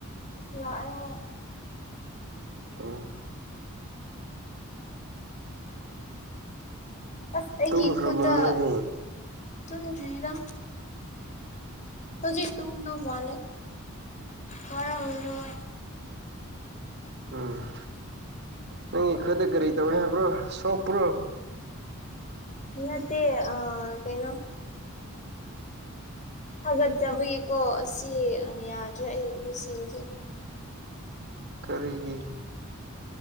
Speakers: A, on the left; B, on the right.
A: ꯂꯥꯛꯑꯦ ꯍꯥꯏ
B: ꯎꯝ
A: ꯑꯁ ꯑꯩꯒꯤ
B: ꯇꯨꯝꯈ꯭ꯔꯕ
A: ꯈꯨꯠꯇ
B: ꯃꯣꯏꯗꯤ
A: ꯇꯨꯝꯗ꯭ꯔꯤꯗ ꯍꯧꯖꯤꯛ ꯇꯨꯝꯗꯧ ꯃꯥꯜꯂ‌ꯦ ꯋꯥꯔꯝꯅꯤ ꯃ‌ꯣꯏ
B: ꯎꯝ ꯅꯪꯒꯤ ꯈꯨꯠꯇ ꯀꯔꯤ ꯇꯧꯏ ꯍꯥꯏꯕ꯭ꯔꯣ ꯁꯣꯛꯄ꯭ꯔꯣ
A: ꯅꯠꯇ‌ꯦ ꯑꯥ ꯀꯩꯅꯣ ꯍꯒꯠꯆꯕꯒꯤꯀꯣ ꯑꯁꯤ ꯌꯥꯗ꯭ꯔꯦ ꯑꯩꯒꯤ ꯈꯨꯠꯁꯤꯡꯁꯦ
B: ꯀꯔꯤꯒꯤ